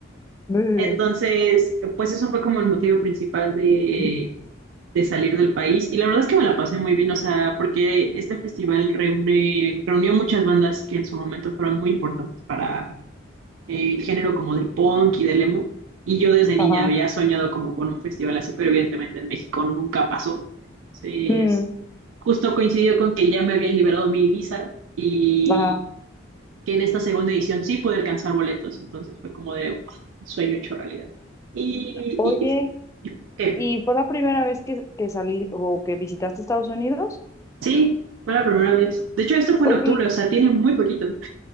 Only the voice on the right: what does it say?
Entonces,
pues eso fue como el motivo principal de
de salir del país y la verdad es que me la pasé muy bien, o sea, porque este festival reúne, reunió muchas bandas que en su momento fueron muy importantes para eh, el género como del punk y del emo y yo desde niña
había soñado como con un festival así, pero evidentemente en México nunca pasó. Entonces,
justo coincidió con que ya me habían liberado mi visa y
que en esta segunda edición sí pude alcanzar boletos, entonces fue como de "Uf, sueño hecho realidad. Y,
y, y- y- eh,
Sí, fue la primera vez. De hecho, esto fue
en octubre, o sea, tiene muy poquito.